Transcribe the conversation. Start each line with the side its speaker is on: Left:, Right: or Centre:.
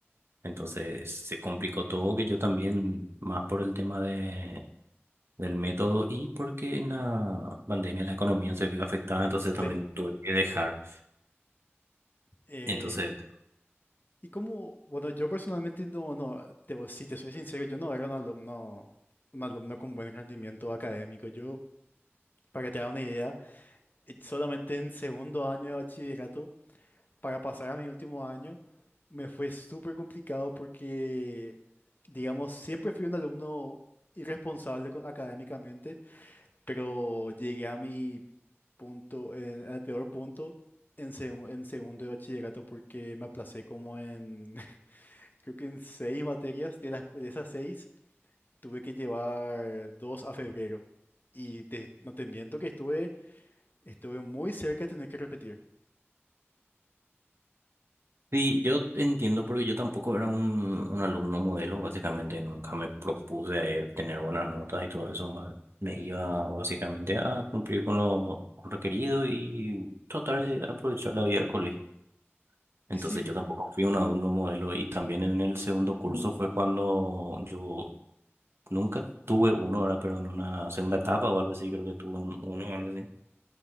Right: Entonces se complicó todo, que yo también, más por el tema de, del método y porque en la pandemia la economía se vio afectada, entonces
Left: Sí.
Right: también tuve que dejar.
Left: eh,
Right: Entonces
Left: y como, bueno, yo personalmente no, no, te, voy- si te soy sincero, yo no era un alumno, un alumno con buen rendimiento académico. Yo, para que te haga una idea, eh, solamente en segundo año de bachillerato Para pasar a mi último año me fue súper complicado porque, digamos, siempre fui un alumno irresponsable co- académicamente, pero llegué a mi punto, eh, al peor punto en, segu- en segundo de bachillerato porque me aplacé como en, <laughs> creo que en seis materias, de las, cu- de esas seis tuve que llevar dos a febrero. Y te- no te miento que estuve, estuve muy cerca de tener que repetir.
Right: Sí, yo entiendo porque yo tampoco era un, un alumno modelo, básicamente nunca me propuse tener buenas notas y todo eso, ma- me iba básicamente a cumplir con lo requerido y tratar de aprovechar la vida del colegio. Entonces
Left: Y sí.
Right: yo tampoco fui un alumno modelo y también en el segundo curso fue cuando yo nunca tuve uno, ahora pero en una segunda etapa o algo así, creo que tuve un, uno o algo así